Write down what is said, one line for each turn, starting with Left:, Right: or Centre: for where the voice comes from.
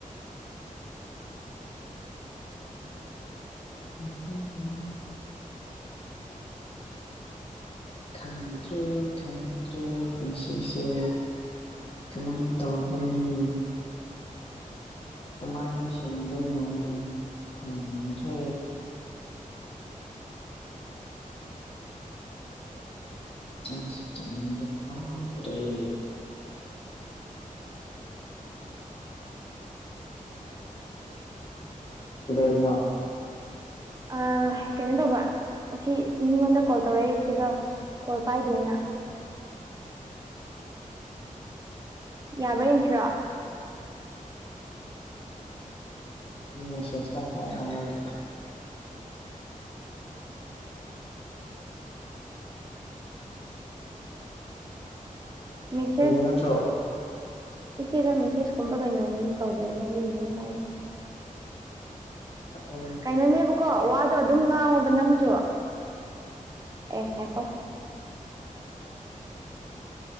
Left: <inaudible> ꯈꯪꯗ꯭ꯔꯦ ꯈꯪꯗ꯭ꯔꯦ ꯄꯨꯟꯁꯤꯁꯦ ꯁꯨꯃꯥꯏꯅ ꯇꯧꯒꯅꯤ ꯀꯃꯥꯏꯅ ꯁꯦꯝꯗꯣꯏꯅꯣ ꯎꯗ꯭ꯔꯦ ꯆꯥꯛꯁꯤ ꯆꯥꯅꯤꯡꯕ ꯐꯥꯎ ꯇꯔꯦ ꯀꯩꯗꯧꯔꯤꯅꯣ
Right: ꯑ ꯀꯩꯅꯣ ꯇꯧꯕ ꯑꯁꯤ ꯃꯤꯉꯣꯟꯗ ꯀꯣꯜ ꯇꯧꯔꯛꯏꯁꯤꯗꯣ ꯀꯣꯜ ꯄꯥꯏꯗꯦꯅ ꯌꯥꯕ꯭ꯔꯥ ꯌꯦꯡꯁꯤꯔꯣ
Left: <unintelligible>
Right: ꯃꯤꯁꯦꯁ
Left: ꯍꯩꯕ ꯅꯠꯇ꯭ꯔꯣ
Right: ꯏꯆꯦꯗ ꯃꯦꯁꯦꯁꯀꯨꯝꯕ ꯀꯩꯅꯣꯝ ꯇꯧꯗꯦꯅꯦ ꯑꯗꯨ ꯏꯅꯦꯅꯦ ꯍꯥꯏꯔꯤꯦ
Left: <inaudible>
Right: ꯀꯩꯅꯣꯅꯦꯕꯀꯣ ꯋꯥꯗꯣ ꯑꯗꯨꯝ ꯉꯥꯡꯉꯣꯕ ꯅꯪꯁꯨ ꯑꯦ ꯍꯥꯏꯀꯣ